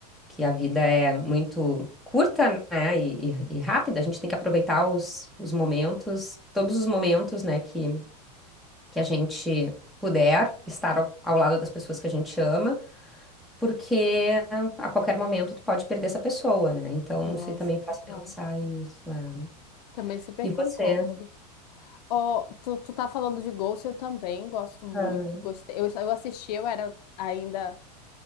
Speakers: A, in the centre; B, on the left.
A: que a vida é muito curta, né, e, e- e rápida. A gente tem que aproveitar os, os momentos, todos os momentos, né, que, que a gente puder estar ao, ao lado das pessoas que a gente ama, porque a qualquer momento tu pode perder essa pessoa, né? Então,
B: Nossa,
A: isso aí também
B: total.
A: faz pensar isso. é.
B: Também super
A: E
B: concordo.
A: você?
B: Ó, tu, tu tá falando de Ghost, eu também gosto muito.
A: Ah,
B: Gostei. Eu, eu assisti, eu era ainda